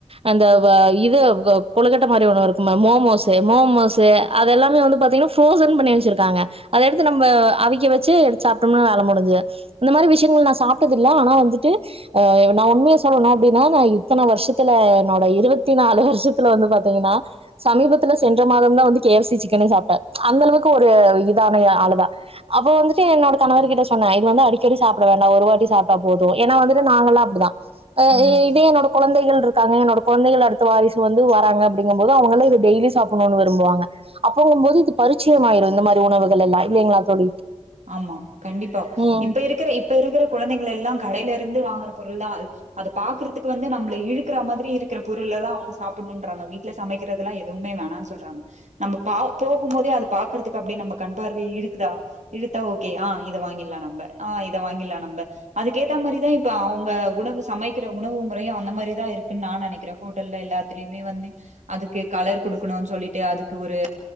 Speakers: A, on the right; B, on the right.
A: அந்த வ இது க கொழுக்கட்ட மாரி ஒன்னு இருக்குமே மோமோசு மோமோசு அதெல்லாமே வந்து பாத்தீங்கனா ஃப்ரோஸன் பண்ணி வெச்சிருக்காங்க அத எடுத்து நம்ம அவிக்க வச்சு எடுத்து சாப்ட்டம்ன்னா வேல முடிஞ்சுது இந்த மாரி விஷயங்கள் நா சாப்ட்டதில்ல ஆனா வந்துட்டு அ நா உண்மைய சொல்லனு அப்டினா நா இத்தன வர்ஷத்துல என்னோட இருவத் தி நாலு வர்ஷத்துல வந்து பாத்தீங்கனா சமீபத்துல சென்ற மாதம் தா வந்து கே எஃ சி சிக்கனே சாப்ட்டே அந்தளவுக்கு ஒரு இதான ய ஆளு தா அப்ப வந்துட்டு என்னோட கணவர் கிட்ட சொன்ன இது வந்து அடிக்கடி சாப்ட வேண்டா ஒரு வாட்டி சாப்ட்டா போது ஏனா வந்துட்டு நாங்கல்லா அப்டி தா அஹ்
B: ம்
A: இ இதே என்னோட கொழந்தை கள் இருக்காங்க என்னோட கொழந்தைகள் அடுத் த வாரிசு வந்து வராங்க அப்டிங்கும் போது அவங்கல்லா இது டெய்லி சாப்பட்ணுனு விரும்புவாங்க அப்பவும்போது இது பரிச்சயமாயிரு இந்த மாரி உணவுகள் எல்லா இல்லீங்களா தோழி
B: ஆமா கண்டிப்பா
A: ம்
B: இப்ப இருக்கற இப்ப இருக்கற குழந்தைகள் எல்லா கடைலரு ந்து வாங்கற பொருள் தா <unintelligible> அத பாக்கறத்துக்கு வந்து நம்மள இழுக்கற மாதிரி இருக்கற பொருள தா அவங்க சாப்பட்ணுன்றாங்க வீட்ல சமைக்கிறதெல்லா எதுவுமே வேணான் சொல்றாங்க நம்ப பா போகும் போதே அது பாக்கறத்துக்கு அப்டியே நம்ம கண்பார்வைய இழுக்குதா இழுத்தா ஓகே ஆ இத வாங்கிர்லா நம்ப ஆஹ் இத வாங்கிர்லா நம்ப அதுக்கேத்த மாரி தா இப்ப அவுங்க உணவு சமைக்கிற உணவு முறையு அந்த மாரி தா இருக்கு நா நெனைக்கிற ஹோட்டல்ல எல்லாத்துலயுமே வந்து அதுக்கு கலர் குடுக்கணுன் சொல்லிட்டு அதுக்கு ஒரு